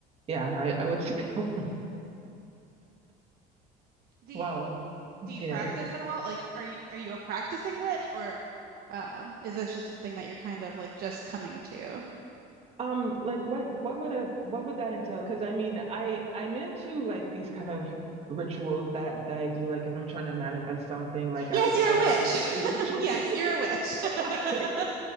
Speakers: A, on the right; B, on the right.
A: yeah, I I would say <laughs>
B: Do
A: wow.
B: you, do you
A: Yeah.
B: practice at all? Like, are you are you a practicing witch, or um, is this just something that you're kind of like just coming to?
A: Um like what what would a what would that entail? Because I mean, I I'm into like these kind of rituals that that I do like if I'm trying to manifest something like
B: Yes,
A: I've
B: you're
A: I've
B: a witch.
A: done uh, uh, ritual.
B: <laughs> Yes,
A: <laughs>
B: you're a witch.
A: Okay.
B: <laughs>